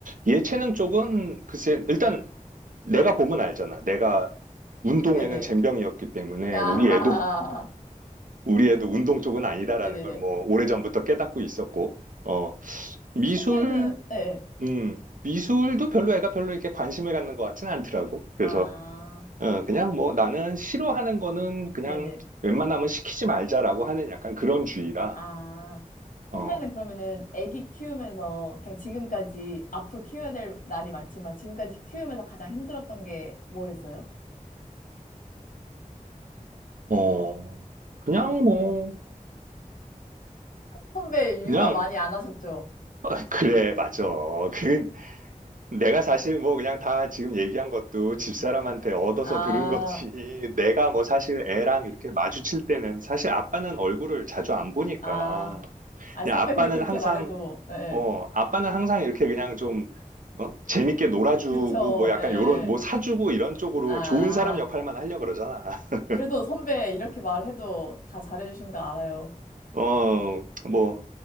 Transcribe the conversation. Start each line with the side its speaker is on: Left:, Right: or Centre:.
Right: 예체능 쪽은 글쎄, 일단 내가 보면 알잖아. 내가 운동에는
Left: 네네.
Right: 젬병이었기 때문에
Left: 아,
Right: 우리 애도,
Left: <laughs>
Right: 우리 애도 운동 쪽은 아니다라는
Left: 네네네.
Right: 걸 뭐 오래전부터 깨닫고 있었고. 어.
Left: 선배는,
Right: 미술
Left: 예, 예.
Right: 음, 미술도 별로 애가 별로 이렇게 관심을 갖는 것 같진 않더라고. 그래서,
Left: 아,
Right: 어, 그냥 뭐 나는 싫어하는 거는 그냥
Left: 네네.
Right: 웬만하면 시키지 말자라고 하는 약간 그런 주의라,
Left: 아, 선배는
Right: 어,
Left: 그러면은 애기 키우면서 그냥 지금까지 앞으로 키워야 될 날이 많지만 지금까지 키우면서 가장 힘들었던 게 뭐였어요?
Right: 어, 그냥
Left: 어,
Right: 뭐,
Left: 음. 선배
Right: 그냥,
Left: 육아 많이 안 하셨죠?
Right: <laughs> 그래, 맞아. 그, 내가 사실 뭐 그냥 다 지금 얘기한 것도 집사람한테 얻어서
Left: 아,
Right: 들은 거지. <laughs> 내가 뭐 사실 애랑 이렇게 마주칠 때는 사실 아빠는 얼굴을 자주 안 보니까
Left: 아. 아,
Right: 그냥
Left: 선배,
Right: 아빠는
Left: 근데 그렇게
Right: 항상
Left: 말해도, 예, 예.
Right: 어, 아빠는 항상 이렇게 그냥 좀, 어? 재밌게 놀아주고,
Left: 그쵸,
Right: 뭐 약간
Left: 예, 예.
Right: 요런, 뭐 사주고 이런 쪽으로
Left: 아,
Right: 좋은 사람 역할만 하려고 그러잖아. <laughs>
Left: 그래도 선배 이렇게 말해도 다 잘해주신 거 알아요.
Right: 어, 뭐,